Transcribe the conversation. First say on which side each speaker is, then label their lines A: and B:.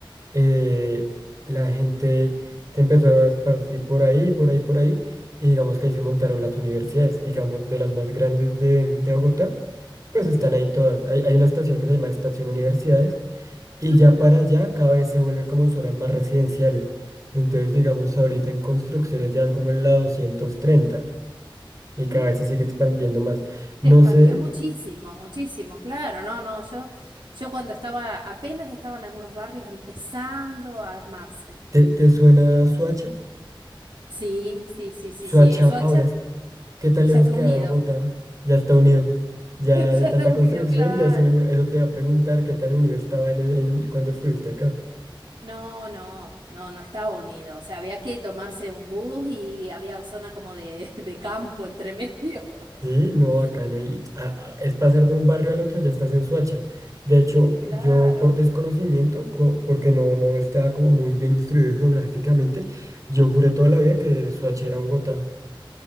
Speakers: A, on the right (about 40°); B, on the right (about 65°).
A: eh, la gente se empezó a esparcir por ahí, por ahí, por ahí, y digamos que ahí se montaron las universidades, digamos de las más grandes de, de Bogotá pues están
B: Sí.
A: ahí todas. Hay, hay una estación que se llama Estación Universidades y
B: Ujú.
A: ya para allá cada vez se vuelve como zonas más residenciales. Entonces, digamos, ahorita en construcciones ya van como en la 230 y
B: Mm,
A: cada vez se sigue expandiendo más. No
B: Se expandió
A: sé,
B: muchísimo, muchísimo, claro, no, no, yo, yo cuando estaba, apenas estaban algunos barrios empezando a armarse.
A: ¿te, te suena Suacha?
B: Sí, sí, sí, sí,
A: Suacha
B: sí, eso
A: ahora,
B: ya,
A: es- ¿qué tan
B: ya
A: lejos
B: está
A: queda
B: unido,
A: de Bogotá? Ya está unido. Ya
B: <laughs>
A: de
B: ya
A: tanta
B: está unido,
A: construcción
B: claro.
A: ya se unió. Eso te va a preguntar qué tan unido estaba en, en- cuando estuviste acá?
B: No, no, no, no estaba unido, o sea, había que tomarse un bus y había zona como de, <laughs> de campo entre medio.
A: Sí,
B: <laughs>
A: no, acá no. Y a- a- es pasar de un barrio al otro, ya estás en Suacha. De hecho,
B: Claro.
A: yo por desconocimiento, co- porque no, no estaba como muy bien instruido geográficamente, yo juré toda la vida que Suacha era Bogotá.